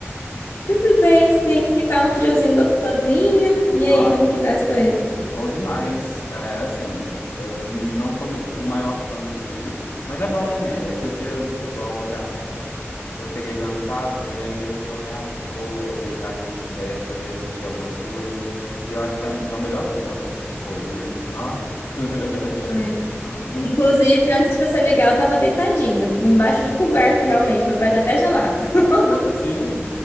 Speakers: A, on the left; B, on the left.
A: Tudo bem, sim. E Tá um friozinho gostosinho. E
B: Nó,
A: aí, como que tá as coisas?
B: bom demais. É, assim, eu n- não sou muito o maior fã do frio, mas é bom, né? Esses dias, igual ontem à noite, eu cheguei cansado e aí eu falei, ai, vou deitar aqui nas cobertas e assistir alguma coisa. E eu acho que é é o melhor clima pra assistir coisa, né? Nó. <laughs>
A: Ai.
B: Muito
A: Inclusive, antes de você ligar, eu tava deitadinha, embaixo de coberta, realmente. Meu pé tá até gelado. <laughs>
B: Assim,